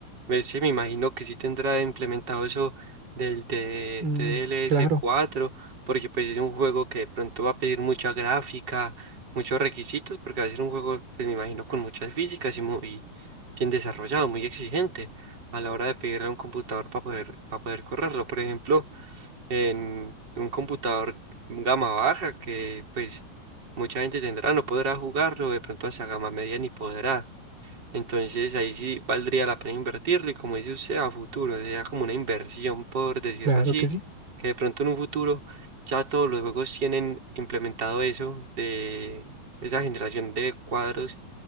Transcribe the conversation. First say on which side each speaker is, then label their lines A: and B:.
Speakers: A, on the right; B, on the right.
A: Me, sí, me imagino que sí tendrá implementado eso del de,
B: Mm,
A: DLS
B: claro,
A: 4 porque pues es un juego que de pronto va a pedir mucha gráfica, muchos requisitos, porque va a ser un juego, pues me imagino, con muchas físicas y muy bien desarrollado, muy exigente a la hora de pedirle a un computador para poder, para poder correrlo. Por ejemplo, en un computador gama baja que pues mucha gente tendrá, no podrá jugarlo, de pronto hacia gama media ni podrá. Entonces ahí sí valdría la pena invertirlo y como dice usted, a futuro, sería como una inversión, por decirlo
B: claro
A: así,
B: que sí.
A: que de pronto en un futuro ya todos los juegos tienen implementado eso de esa generación de cuadros